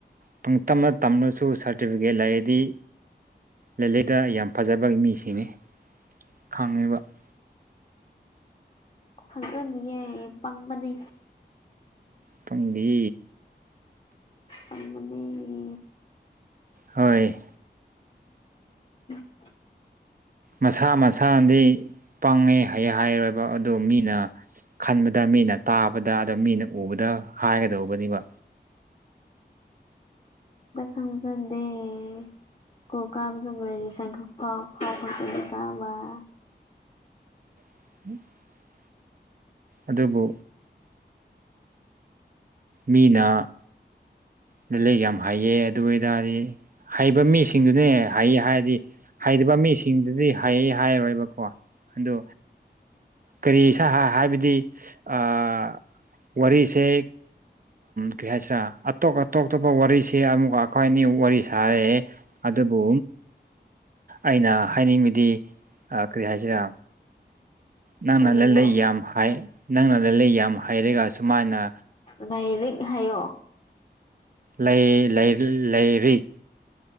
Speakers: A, on the right; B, on the left.
A: ꯄꯨꯡ ꯇꯝꯅ ꯇꯝꯅꯁꯨ ꯁꯥꯔꯇꯤꯐꯤꯀꯦꯠ ꯂꯩꯔꯗꯤ ꯂꯤꯂꯗ ꯌꯥꯝ ꯐꯖꯕꯒꯤ ꯃꯤꯁꯤꯡꯅꯤ ꯈꯪꯉꯤꯕ <inaudible>
B: ꯐꯪꯖꯅꯤꯌꯦ ꯄꯪꯕꯅꯦ
A: ꯄꯪꯗꯤ
B: ꯅꯤ
A: ꯍꯣꯏ
B: ꯄ
A: ꯃꯁꯥ ꯃꯁꯥꯅꯗꯤ ꯄꯪꯉꯦ ꯍ ꯍꯥꯏꯔꯣꯏꯕ ꯑꯗꯨ ꯃꯤꯅ ꯈꯟꯕꯗ ꯃꯤꯅ ꯇꯥꯕꯗ ꯑꯗ ꯃꯤꯅ ꯎꯕꯗ ꯍꯥꯏꯒꯗꯧꯕꯅꯤꯕ
B: <unintelligible> ꯗꯦ꯫ ꯀꯣ ꯀꯝꯖꯒ ꯁ ꯈ ꯐꯥꯎ ꯐꯥꯎ ꯐꯥꯎꯗꯤ ꯀꯃꯥꯏ
A: <inaudible> ꯑꯗꯨꯕꯨ ꯃꯤꯅꯥ ꯅ ꯂꯩ ꯌꯥꯝ ꯍꯥꯏꯑꯌꯦ ꯑꯗꯨ ꯑꯣꯏꯇꯥꯔꯗꯤ ꯍꯩꯕ ꯃꯤꯁꯤꯡꯗꯨꯅꯦ ꯍꯩ ꯍꯥꯏꯔꯗꯤ ꯍꯩꯇꯕ ꯃꯤꯁꯤꯡꯗꯨꯗꯤ ꯍꯩ ꯍꯥꯏꯔꯣꯏꯕꯀꯣ꯫ ꯑꯗꯣ ꯀꯔꯤ ꯏꯁꯥ ꯍꯥꯏꯕꯗꯤ ꯑꯥ ꯋꯥꯔꯤꯁꯦ ꯀꯔꯤ ꯍꯥꯏꯁꯤꯔꯥ ꯑꯇꯣꯞ ꯑꯇꯣꯞ ꯑꯇꯣꯞꯄ ꯋꯥꯔꯤꯁꯦ ꯑꯃꯨꯛꯀ ꯑꯩꯈꯣꯏ ꯑꯅꯤ ꯋꯥꯔꯤ ꯁꯥꯏꯌꯦ ꯑꯗꯨꯕꯨ ꯑꯩꯅ ꯍꯥꯏꯅꯤꯡꯕꯗꯤ ꯀꯔꯤ ꯍꯥꯏꯁꯤꯔꯥ ꯅꯪꯅ
B: ꯀꯔꯤꯅꯣ
A: ꯂꯂꯩ ꯌꯥꯝ ꯅꯪꯅ ꯂꯂꯩ ꯌꯥꯝ ꯍꯩꯔꯒ ꯁꯨꯃꯥꯏꯅ
B: ꯂꯔꯤꯛ ꯍꯥꯏꯌꯣ
A: ꯂꯩ ꯂꯩ ꯂꯩꯔꯤꯛ꯫